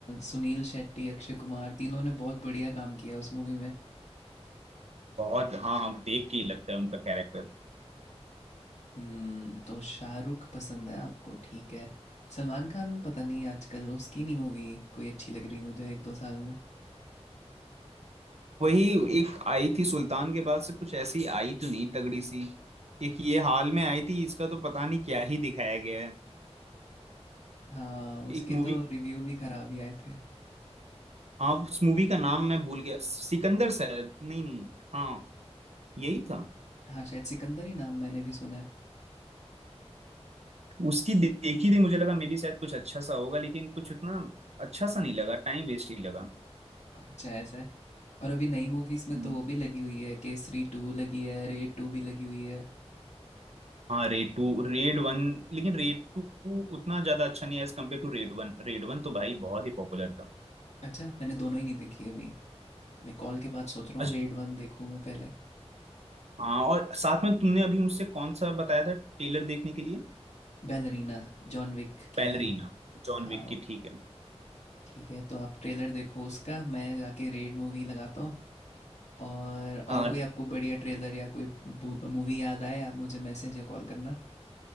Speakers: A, on the left; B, on the right.
A: सुनील शेट्टी अक्षय कुमार तीनों ने बहुत बढ़िया काम किया उस मूवी में
B: बहुत हाँ हम देख के ही लगता है उनका कैरेक्टर
A: हम्म तो शाहरुख पसंद है आपको ठीक है सलमान खान पता नहीं आजकल उसकी नहीं मूवी कोई अच्छी लग रही मुझे एक दो साल में
B: वही एक आई थी सुल्तान के बाद से कुछ ऐसी आई तो नहीं तगड़ी सी एक ये हाल में आई थी इसका तो पता नहीं क्या ही दिखाया गया है
A: हाँ उसके
B: एक मूवी
A: तो रिव्यू भी खराब ही आए थे
B: हाँ उस मूवी का नाम मैं भूल गया सिकंदर शायद नहीं नहीं हाँ यही था
A: हाँ शायद सिकंदर ही नाम मैंने भी सुना है
B: उसकी दे- देखी थी मुझे लगा मे बी शायद कुछ अच्छा सा होगा लेकिन कुछ उतना अच्छा सा नहीं लगा टाइम वेस्ट ही लगा
A: अच्छा ऐसा है और अभी नई मूवीज में तो
B: हम्म।
A: वो भी लगी हुई है केसरी टू लगी है रेड टू भी लगी हुई है
B: हाँ रेड टू रेड वन लेकिन रेड टू उतना ज्यादा अच्छा नहीं है as compared to Raid one Raid one तो भाई बहुत ही पॉपुलर
A: अच्छा मैंने दोनों ही नहीं देखी अभी मैं कॉल के बाद सोच रहा
B: था
A: हूँ रेड वन देखूँ मैं पहले
B: हाँ और साथ में तुमने अभी मुझसे कौन सा बताया था टेलर देखने के लिए
A: बैलरीना जॉन विक की
B: बैलरीना जॉन
A: हाँ
B: विक की ठीक है
A: ठीक है तो आप ट्रेलर देखो उसका मैं जाके रेड मूवी लगाता हूँ और
B: हाँ
A: और कोई आपको बढ़िया ट्रेलर या कोई मूवी याद आए आप मुझे मैसेज या कॉल करना